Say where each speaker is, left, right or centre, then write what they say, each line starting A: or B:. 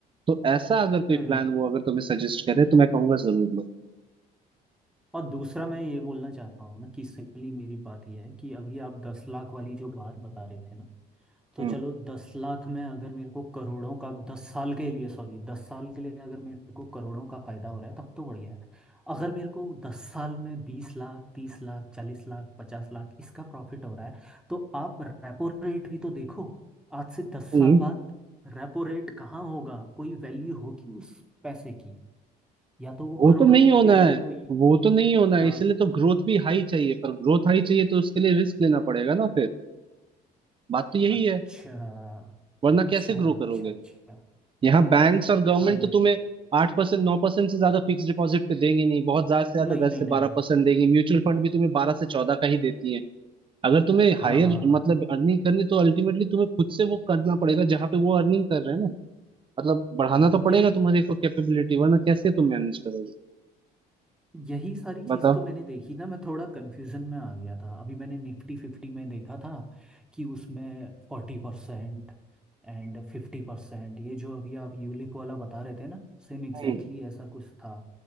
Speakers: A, on the right (about 30°); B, in the centre.
A: तो ऐसा अगर कोई
B: हम्म हम्म।
A: प्लान वो अगर तुम्हें सजेस्ट करे तो मैं कहूंगा जरूर लो
B: और दूसरा मैं ये बोलना चाहता हूँ ना कि सिंपली मेरी बात यह है कि अभी आप दस लाख वाली जो बात बता रहे थे ना तो
A: हम्म
B: चलो दस लाख में अगर मेरे को करोड़ों का दस साल के लिए सॉरी दस साल के लिए अगर मेरे को करोड़ों का फायदा हो रहा है तब तो बढ़िया है अगर मेरे को दस साल में बीस लाख तीस लाख चालीस लाख पचास लाख इसका प्रॉफिट हो रहा है तो आप रेपो रेट भी तो देखो आज से दस
A: हम्म,
B: साल बाद रेपो रेट कहाँ होगा कोई वैल्यू होगी उस पैसे की या तो वो
A: वो
B: करोड़ों
A: तो नहीं
B: में
A: होना
B: दे मेरे
A: है
B: को ही
A: वो तो नहीं होना है
B: हाँ
A: इसलिए तो ग्रोथ भी हाई चाहिए पर ग्रोथ हाई चाहिए तो उसके लिए रिस्क लेना पड़ेगा ना फिर बात तो यही
B: अच्छा
A: है वरना
B: अच्छा
A: कैसे ग्रो करोगे
B: अच्छा अच्छा
A: यहाँ बैंक्स और गवर्नमेंट
B: हाँ ये
A: तो तुम्हें आठ परसेंट नौ परसेंट से ज्यादा फिक्स डिपॉजिट पे देंगे नहीं बहुत ज्यादा से ज्यादा
B: नहीं
A: दस
B: नहीं
A: से
B: नहीं
A: बारह
B: नहीं
A: परसेंट देंगी म्यूचुअल फंड भी तुम्हें बारह से चौदह का ही देती है अगर तुम्हें
B: हाँ
A: हायर
B: हाँ हाँ
A: मतलब
B: हाँ
A: अर्निंग करनी है, तो अल्टीमेटली तुम्हें खुद से वो करना पड़ेगा जहां पे वो अर्निंग कर रहे हैं ना मतलब बढ़ाना
B: हाँ
A: तो पड़ेगा
B: ये म-
A: तुम्हारी को कैपेबिलिटी वरना कैसे तुम मैनेज करोगे
B: यही सारी चीज़
A: बताओ
B: तो मैंने देखी ना मैं थोड़ा कंफ्यूजन में आ गया था अभी मैंने निफ्टी फिफ्टी में देखा था कि उसमें फोर्टी परसेंट एंड फिफ्टी परसेंट ये जो अभी आप यूलिप वाला बता रहे थे ना सेम एग्जैक्टली
A: हम्म
B: exactly ऐसा कुछ था